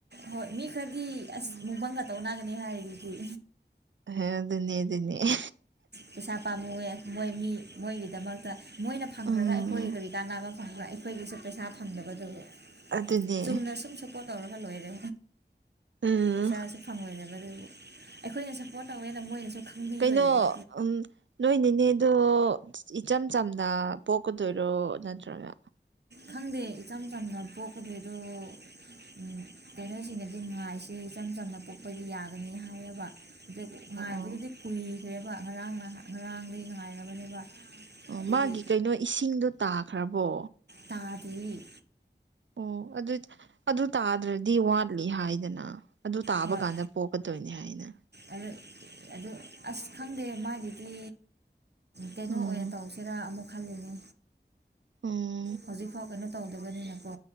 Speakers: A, on the right; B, on the right.
A: ꯍꯣꯏ ꯃꯤ ꯈꯔꯗꯤ ꯑꯁ
B: ꯎꯝ
A: ꯃꯨꯛꯕꯥꯡꯒꯥ ꯇꯧꯅꯒꯅꯤ ꯍꯥꯏꯔꯤꯗꯨꯗꯤ
B: ꯑꯗꯨꯅ‌ꯦ ꯑꯗꯨꯅ‌ꯦ
A: ꯄꯩꯁꯥ ꯄꯥꯝꯃꯨꯋꯦ ꯃꯣꯏ ꯃꯤ ꯃꯣꯏꯒꯤꯗꯃꯛꯇ ꯃꯣꯏꯅ ꯐꯪꯈ꯭ꯔꯒ
B: ꯎꯝ
A: ꯑꯩꯈꯣꯏꯒꯤ ꯀꯔꯤ ꯀꯥꯟꯅꯕ ꯑꯩꯈꯣꯏꯒꯤꯁꯨ ꯄꯩꯁꯥ ꯐꯪꯗꯕꯗꯨꯕꯨ
B: ꯑꯗꯨꯅꯦ
A: ꯆꯨꯝꯅ ꯁꯨꯝ ꯄꯣꯠ ꯇꯧꯔꯒ ꯂꯣꯏꯔꯦ
B: ꯎꯝ
A: ꯄꯩꯁꯥꯁꯨ ꯐꯪꯉꯣꯏꯗꯕ ꯗꯨꯕꯨ ꯑꯩꯈꯣꯏꯅ ꯄꯣꯠ ꯇꯧꯋꯦꯅ ꯃꯣꯏꯅꯁꯨ ꯈꯪꯕꯤꯔꯣꯏꯗꯕ
B: ꯀꯩꯅꯣ ꯎꯝ ꯅꯣꯏ ꯅꯦꯅ‌ꯦꯗꯣ ꯏꯆꯝ ꯆꯝꯅ ꯄꯣꯛꯀꯗꯣꯏꯔꯣ ꯅꯠꯇ꯭ꯔꯒ
A: ꯈꯪꯗꯦ ꯏꯆꯝ ꯆꯝꯅ ꯄꯣꯛꯀꯗꯣꯏꯔ‌ꯣ ꯎꯝ ꯀꯩꯅꯣꯁꯤꯡꯅꯗꯤ
B: ꯑꯣ
A: ꯉꯥꯏꯁ‌ꯦ <unintelligible> ꯏꯆꯝ ꯆꯝꯅ ꯄꯣꯛꯄꯒꯤ ꯌꯥꯒꯅꯤ ꯍꯥꯏꯌꯦꯕ ꯗꯨꯏ ꯉꯥꯏꯕꯗꯨꯗꯤ
B: ꯑꯣ
A: ꯄꯨꯏꯈ꯭ꯔꯦꯕ ꯉꯔꯥꯡ ꯅꯍ ꯉꯔꯥꯡꯗꯒꯤ ꯉꯥꯏꯔꯕꯅꯦꯕ
B: ꯑꯣ
A: ꯑꯗꯨꯒꯤ
B: ꯃꯥꯒꯤ ꯀꯩꯅꯣ ꯏꯁꯤꯡꯗꯣ ꯇꯥꯈ꯭ꯔꯕꯣ
A: ꯇꯥꯗꯤ
B: ꯑꯣ ꯑꯗꯨꯠ ꯑꯗꯨ ꯇꯥꯗ꯭ꯔꯗꯤ ꯋꯥꯠꯂꯤ ꯍꯥꯏꯗꯅ ꯑꯗꯨ ꯇꯥꯕ
A: ꯍꯣꯏ
B: ꯀꯥꯟꯗ ꯄꯣꯛꯀꯗꯣꯏꯅꯤ ꯍꯥꯏꯅ
A: ꯑꯗꯨ ꯑꯗꯨ ꯑꯁ ꯈꯪꯗꯦ ꯃꯥꯒꯤꯗꯤ ꯀꯩꯅꯣ
B: ꯎꯝ
A: ꯑꯣꯏ ꯇꯧꯁꯤꯔꯥ ꯑꯃꯨꯛ ꯈꯜꯂꯤꯅꯤ
B: ꯑꯣ
A: ꯍꯧꯖꯤꯛꯐꯥꯎ ꯀꯩꯅꯣ ꯇꯧꯗꯕꯅꯤꯅꯀꯣ